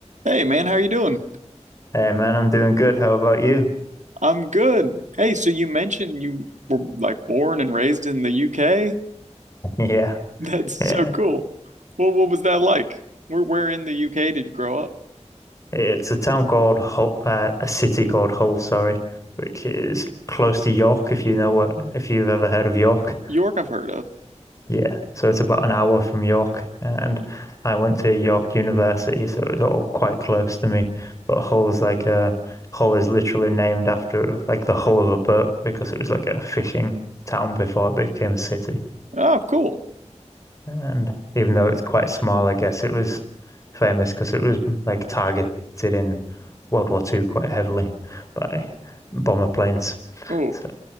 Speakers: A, on the right; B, on the left.
A: Hey man, how you doing?
B: Hey man, I'm doing good. How about you?
A: I'm good. Hey, so you mentioned you were like born and raised in the UK? <laughs>
B: <laughs> Yeah,
A: That's so
B: yeah.
A: cool. Well, what was that like? Where where in the UK did you grow up?
B: It's a town called Hull, uh, a city called Hull, sorry, which is close to York, if you know what, if you've ever heard of York.
A: York, I've heard of.
B: Yeah, so it's about an hour from York, and I went to York University, so it's all quite close to me. But Hull's like a Hull is literally named after like the hull of a boat because it was like a fishing town before it became a city.
A: Oh, cool.
B: And even though it's quite small, I guess it was famous because it was like targeted in World War Two quite heavily by bomber planes.
A: Oh,
B: So,